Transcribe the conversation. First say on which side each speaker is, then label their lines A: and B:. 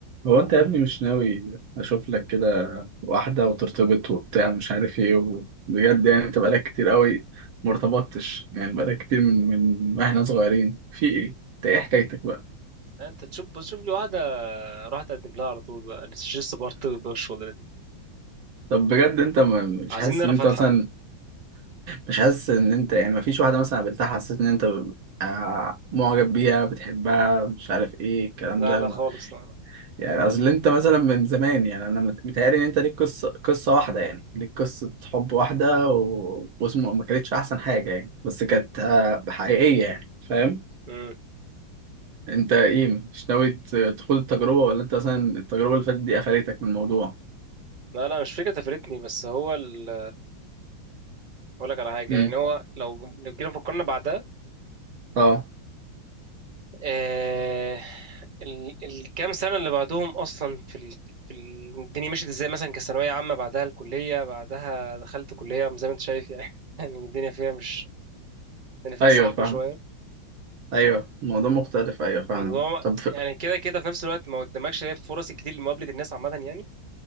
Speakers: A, on the right; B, on the right.
A: هو انت يا ابني مش ناوي اشوف لك كده واحدة وترتبط وبتاع مش عارف ايه وبجد يعني انت بقالك كتير قوي ما ارتبطتش يعني بقالك كتير من من واحنا صغيرين في ايه انت ايه حكايتك بقى
B: انت تشوف بشوف لي واحده راح تقدم لها على طول بقى لسه لسه برتبط بقى الشغل دي
A: طب بجد انت ما- مش
B: عايزين
A: حاسس
B: نرى
A: ان انت
B: فتحه
A: مثلا مش حاسس ان انت يعني ما فيش واحدة مثلا قابلتها حسيت ان انت آه، معجب بيها بتحبها مش عارف ايه الكلام
B: لا
A: ده
B: لا خالص لا لا
A: يعني اصل انت مثلا من زمان يعني انا مت- متهيألي ان انت ليك قصه قصه واحده يعني ليك قصه حب واحده و... واسمه ما كانتش احسن حاجه يعني بس كانت آه، حقيقيه يعني فاهم
B: مم.
A: انت ايه مش ناوي ت- تخوض التجربه ولا انت مثلا التجربه اللي فاتت دي قفلتك من الموضوع
B: لا لا مش فكره تفرتني بس هو ال اقول لك على حاجه
A: امم
B: يعني هو لو لو جينا فكرنا بعدها
A: اه
B: آه... ال... الكام سنه اللي بعدهم اصلا في ال... في ال... الدنيا مشيت ازاي مثلا كثانويه عامه بعدها الكليه بعدها دخلت كليه زي ما انت شايف يعني <laughs> يعني الدنيا فيها مش الدنيا فيها
A: ايوه
B: صعبه
A: فاهم
B: شويه.
A: ايوه الموضوع مختلف ايوه فاهم
B: بس هو
A: طب في...
B: يعني كده كده في نفس الوقت ما قدامكش هي فرص الكتير لمقابله الناس عامه يعني